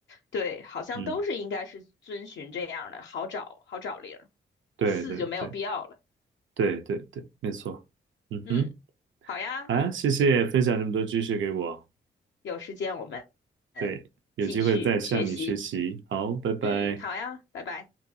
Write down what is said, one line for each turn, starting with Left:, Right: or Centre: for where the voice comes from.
Left: 对，好像都是应该是遵循这样的，
Right: 嗯，
Left: 好找好找零儿，
Right: 对对对
Left: 四就没有必要了。
Right: 对对对，没错。嗯哼，
Left: 嗯，好呀，
Right: 好呀，谢谢分享这么多知识给我。
Left: 有有时间我们嗯继续学习。
Right: 对，有机会再向你学习。好，拜拜。
Left: 嗯，好呀，拜拜。